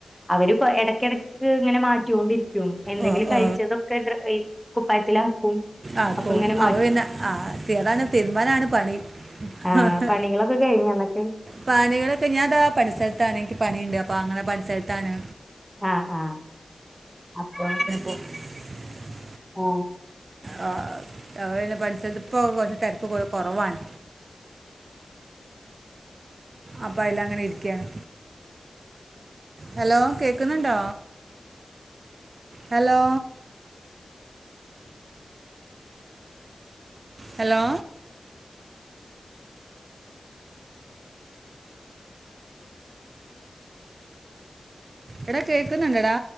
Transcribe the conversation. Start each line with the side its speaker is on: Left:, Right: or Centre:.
Centre: അവര് ഇടക്കിടക്ക് ഇങ്ങനെ മാറ്റൊണ്ടിരിക്ക ക്കും എന്തെങ്കിലും
Right: ഓ
Centre: കഴിച്ചതൊക്കെ
Right: ഓ
Centre: ഡ്ര കുപ്പായത്തിലാക്കും
Right: ആപ്പോ
Centre: അപ്പൊ ഇങ്ങനെ മാറ്റും
Right: അവ പിന്നെ ആ താണ് തീരുമ്പാനാണ് പണി
Centre: ആഹ്
Right: ഹ ഹ
Centre: പണികളൊക്കെ കഴിഞ്ഞോ എന്നിട്ട്
Right: പണികളൊക്കെ ഞാൻതാ പണി സ്ഥലത്താണെ പണിയുണ്ട് അപ്പൊ അങ്ങനെ പണി സ്ഥലത്താണ്
Centre: ആ അ അപ്പൊ
Right: <unintelligible>
Centre: ഓ
Right: ആ അപൊപിന്ന പണിസ്ഥലത്ത് ഇപ്പോ കുറച്ച് തിരക്കു കൊറവാണ്
Centre: <inaudible>
Right: അപ്പൊ അല അങ്ങനെ ഇരിക്കയാണ് ഹലോ കേക്ക്ന്ന്ണ്ടോ ഹലോ ഹലോ എടാ കേക്ക്ന്ന്ണ്ട ടാ